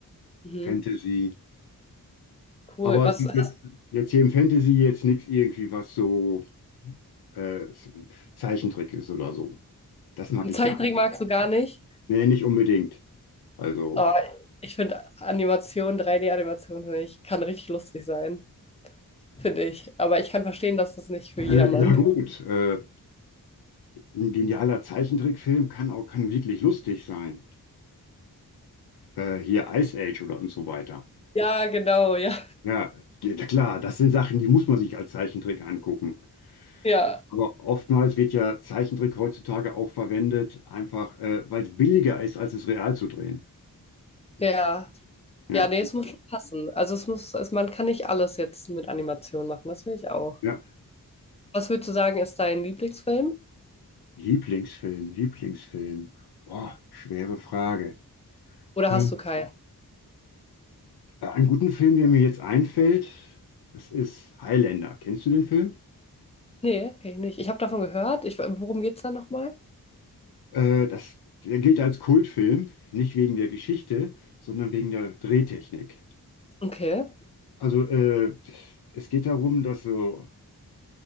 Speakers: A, on the left; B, on the left.
A: Mhm.
B: Fantasy.
A: Cool.
B: Aber
A: Was hast
B: jetzt, jetzt hier im Fantasy jetzt nichts irgendwie, was so äh, Zeichentrick ist oder so. Das mag
A: du,
B: ich
A: Zeichentrick
B: gar nicht.
A: magst du gar nicht?
B: Nee, nicht unbedingt. Also,
A: Oh, ich finde Animation, 3D-Animation, finde ich, kann richtig lustig sein, finde ich. Aber ich kann verstehen, dass das nicht für jedermann.
B: äh, ja gut,
A: <laughs>
B: äh, ein genialer Zeichentrickfilm kann auch kann wirklich lustig sein. Äh, hier Ice Age oder und so weiter.
A: Ja, genau, ja.
B: Ja, die- klar, das sind Sachen, die muss man sich als Zeichentrick angucken.
A: Ja,
B: Aber oftmals wird ja Zeichentrick heutzutage auch verwendet, einfach äh, weil es billiger ist, als es real zu drehen.
A: ja.
B: Ja,
A: Ja, nee, es muss schon passen. Also es muss, es, man kann nicht alles jetzt mit Animation machen, das finde ich auch.
B: ja.
A: Was würdest du sagen, ist dein Lieblingsfilm?
B: Lieblingsfilm, Lieblingsfilm. Boah, schwere Frage.
A: Oder
B: Ähm,
A: hast du keinen?
B: Äh, Einen guten Film, der mir jetzt einfällt, das ist Highlander. Kennst du den Film?
A: Nee, kenne ich nicht. Ich habe davon gehört. Ich, worum geht's da nochmal?
B: Äh, das, der gilt als Kultfilm, nicht wegen der Geschichte, sondern wegen der Drehtechnik.
A: Okay.
B: Also äh, es geht darum, dass so